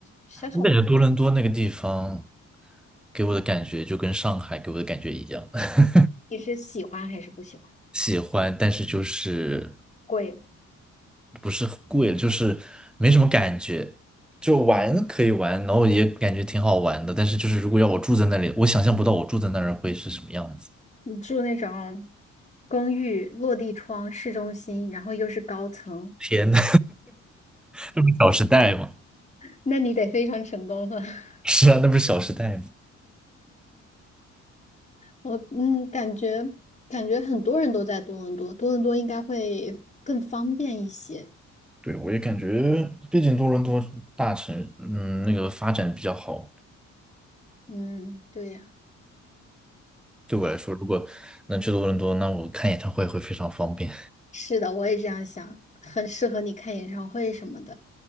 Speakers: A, on the left; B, in the centre.
A: 小小的，
B: 我感觉多伦多那个地方给我的感觉就跟上海给我的感觉一样，<laughs>
A: 你是喜欢还是不喜欢？
B: 喜欢，但是就是
A: 贵。
B: 不是很贵，就是没什么感觉。就玩可以玩，然后也感觉挺好玩的，但是就是如果要我住在那里，我想象不到我住在那儿会是什么样子。
A: 住那种公寓，落地窗，市中心，然后又是高层，
B: 天呐，<laughs> 那不是《小时代》吗？
A: 那你得非常成功了。<laughs>
B: <laughs> 是啊，那不是《小时代》吗？
A: 我嗯，感觉感觉很多人都在多伦多，多伦多应该会更方便一些。
B: 对，我也感觉，毕竟多伦多大城，嗯，那个发展比较好。
A: 嗯，对呀，
B: 对我来说，如果能去多伦多，那我看演唱会会非常方便。
A: 是的，我也这样想，很适合你看演唱会什么的。